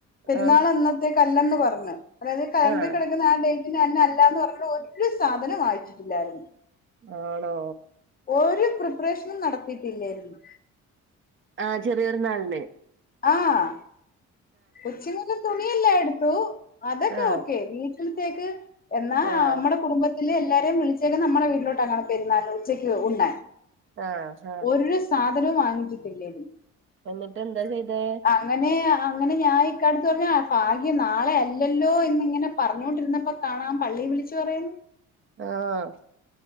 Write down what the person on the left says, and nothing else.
പെരുന്നാള്
അന്നത്തേക്ക് അല്ലന്ന് പറഞ്ഞ് അതായത് കലണ്ടറ്
കേടക്കുന്ന ആ ഡേ പിന്നെ അന്ന് അല്ലാന്ന് <unintelligible> ഒരു സാധനം വാങ്ങിച്ചിട്ടില്ലായിരുന്നു
ഒരു പ്രിപ്പറേഷനും നടത്തിട്ടില്ലായിരുന്നു
ആഹ് കൊച്ചിങ്ങക്ക് തുണിയല്ലാം എടുത്തു അതൊക്കെ
ഓക്കെ വീട്ടിൽത്തേക്ക് എന്നാ
അമ്മടെ കുടുംബ ത്തിലെ എല്ലാരേം വിളിച്ചേക്ക്ന്നെ അമ്മടെ വീട്ടിലോട്ട <unintelligible> പെരുന്നാൾന് ഉച്ചക്ക് ഉണ്ണാൻ
ഒരു സാധനവും വാങ്ങിച്ചിട്ടില്ലേ
അങ്ങനെ ആ ഇക്കാട്ത്ത് പറഞ്ഞ ഫാഗ്യം നാളെ അല്ലല്ലോ എന്നിങ്ങനെ പറഞ്ഞോണ്ടിരുന്നപ്പോ കാണാം പള്ളി വിളിച്ചു പറയുന്നു